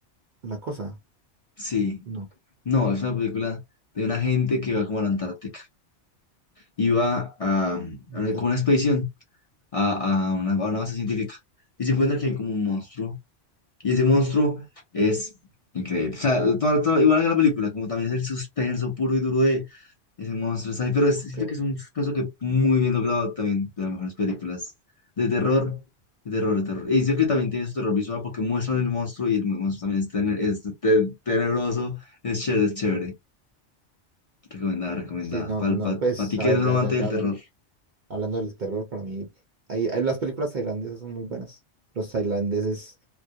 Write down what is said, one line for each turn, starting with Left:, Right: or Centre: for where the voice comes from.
Right: la cosa.
Left: Sí.
Right: No.
Left: No, es una película de una gente que va como a la Antártica. Iba a, a una,
Right: Intarte.
Left: como una expedición a, a una, a una base científica. Y se encuentra que hay como un monstruo Y ese monstruo es increíble. O sea, todo- todo- igual que la película, como también es el suspenso puro y duro de ese monstruo. Está ahí, pero es-
Right: Ok.
Left: siento que es un suspenso que muy bien logrado también de las mejores películas de terror, de terror, de terror. Y siento que también tiene su terror visual porque muestran el monstruo y el monstruo también es, tene- es te- tenebroso. Es chévere, es chévere.
Right: Sí, sí.
Left: Recomendada, recomendada.
Right: Sí, no,
Left: Para
Right: no, pues,
Left: ti que
Right: a ver,
Left: eres un
Right: ya,
Left: amante
Right: ya, ya
Left: del
Right: hablando,
Left: terror.
Right: hablando del terror, para mí, hay, hay- las películas tailandesas son muy buenas. Los tailandeses